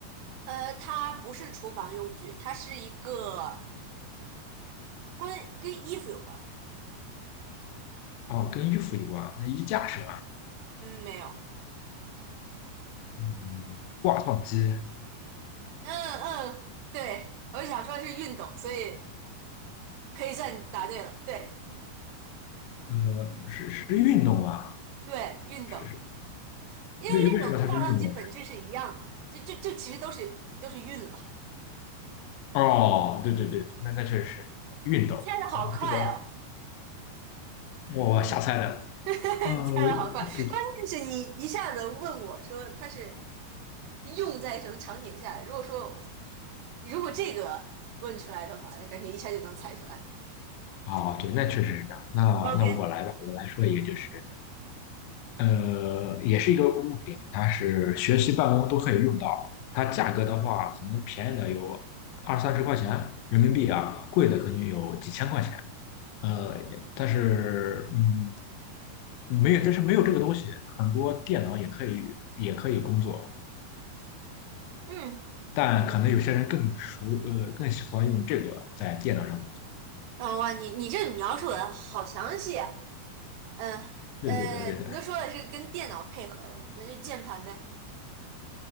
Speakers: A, on the right; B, on the left.
A: 呃，它不是厨房用具，它是一个关跟衣服有关。
B: 哦，跟衣服有关，那衣架是吧？
A: 嗯，没有。
B: 嗯，挂烫机，
A: 嗯嗯，对，我想说是运动，所以可以算你答对了。对
B: 呃，是是运动啊，
A: 对，运动，
B: 是是，
A: 因为运动跟照相机本质是一样的嘛，
B: 为为什么它是运动呢？
A: 就就就其实都是都是运了。
B: 哦，对对对，那那确实是运动。哦，
A: 猜的好快哦，
B: 这个我瞎猜的。
A: <laughs>
B: 呃，
A: 你猜的好快，
B: 对
A: 关键是你一下子问我说它是用在什么场景下。如果说我如果这个问出来的话，感觉一下就能猜出来。
B: 哦，对，那确实是这样。那那我来吧，
A: OK，
B: 我来说一个，就是呃，也是一个物品，它是学习办公都可以用到。它价格的话，可能便宜的有二三十块钱人民币啊，贵的可能有几千块钱。呃，但是嗯，没有，但是没有这个东西，很多电脑也可以也可以工作，
A: 嗯，
B: 但可能有些人更熟，呃，更喜欢用这个在电脑上。
A: 哦哇，你你这描述的好详细啊嗯呃，
B: 对对对对对，
A: 你就说了是跟电脑配合的，那就键盘呗，